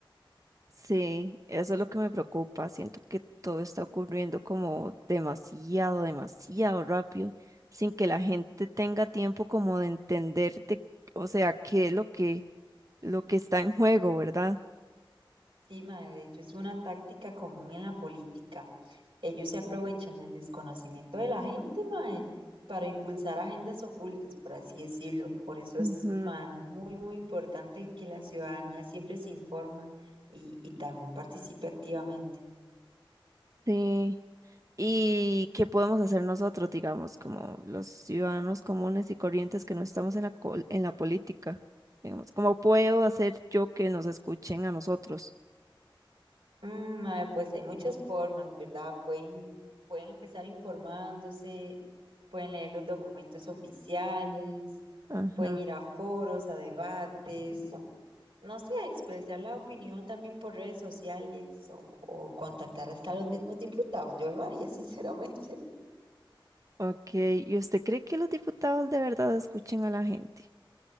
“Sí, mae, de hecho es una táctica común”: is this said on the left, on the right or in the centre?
Right